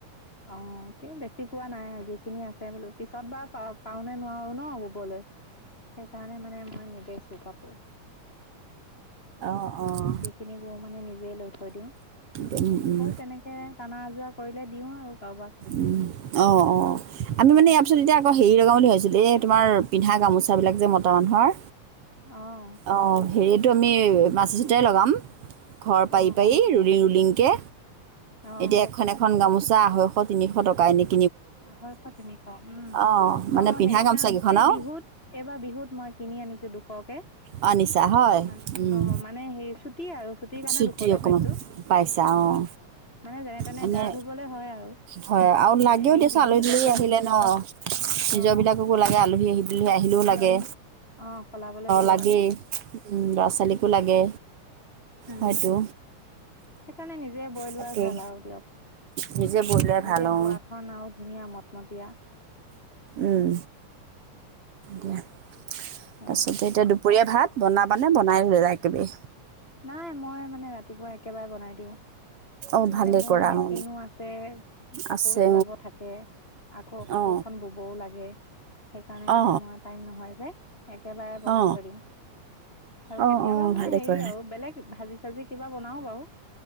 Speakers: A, on the left (about 20°); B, on the right (about 55°).
A: অ কি বেছি পোৱা নাই যিখিনি আছে বোলো পিছত বা পা পাও নে নোৱাৰো ন ববলৈ সেইকাৰণে মানে মই নেবেচো কাপোৰ।
B: অঁ অঁ
A: যিখিনি বও মানে নিজে লৈ থৈ দিওঁ
B: উম, উম
A: আৰু তেনেকে টানা আজোৰা পাৰিলে দিওঁ আৰু। <inaudible>
B: উ অ'- অ' আমি মানে ইয়াৰ পিছত এতিয়া আকৌ হেৰি লগাওঁ বুলি ভাবিছিলো এ তোমাৰ পিন্ধা গামোচা বিলাক যে মতা মানুহৰ।
A: অ '
B: অঁ হেৰিটো আমি মাছছতোই লগাম। ঘৰ পাই
A: অ',
B: পাই
A: অ',
B: ৰুলিং ৰুলিং একে
A: অ',
B: এতিয়া এখন- এখন গামোচা আহৈ তিনিশ টকা নেকি?
A: আহৈশ তিনিশ উম
B: অঁ মানে
A: অ'
B: পিন্ধা
A: সেইদিনা
B: গামোচাকেইখন
A: এ
B: আৰু
A: বিহুত এইবাৰ বিহুত মই কিনি আনিছো। দুশকে
B: অঁ নিছা হয়
A: মানে
B: উম,
A: অ' মানে সেই ছুটি আৰু চুটিৰ কাৰণে
B: চুটি
A: দুখতে
B: অকণমান
A: পাইছো
B: পাইছা
A: উম
B: অঁ
A: মানে যেনে তেনে
B: মানে
A: গা -ধুবলে হয় আৰু
B: হয় আৰু
A: উ
B: লাগেও
A: এনেই
B: দিয়াচোন
A: পিন্ধি
B: আলহী
A: থকাকে
B: দুলহী আহিলে
A: নহয়
B: ন নিজৰবিলাককো
A: অ',
B: আলহী দুলহি আহিলেওলাগে।
A: তিয়নি অ', সলাবলৈ দিব
B: লাগেই
A: লাগে
B: ল'ৰা ছোৱালীকো লাগে।
A: উম,
B: হয়তো
A: সেইকাৰণে নিজে বৈ লোৱাই
B: তাকেই
A: ভাল আৰু দিয়ক।
B: নিজে বৈ লোৱাই
A: নিজে
B: ভাল অ
A: বোৱা খন আৰু ধুনীয়া। ধুনীয়া মতমতীয়া।
B: উম, দিয়া। তাৰপিছতে
A: সেয়া
B: এতিয়া দুপৰীয়া দুপৰীয়া ভাত বনাবানে বনাই লৈ যায় একেবাৰে।
A: নাই মই মানে ৰাতিপুৱা একেবাৰে বনাই দিওঁ।
B: অ ভালেই
A: মানে মোৰ
B: কৰা
A: মেচিনো
B: অ
A: আছে কাপোৰ
B: আছে
A: চিলাব থাকে আকৌ কাপোৰখন
B: অ
A: ববও লাগে। সেইকাৰণে মানে
B: অ অ
A: মই টাইম নহয় যে একেবাৰে বনাই
B: অ
A: থৈ দিওঁ আৰু
B: অ
A: কেতিয়াবা
B: অ
A: মানে
B: ভালে
A: হেৰি
B: কৰা
A: আৰু। ভাজি চাজি কিবা বনাও বাৰু।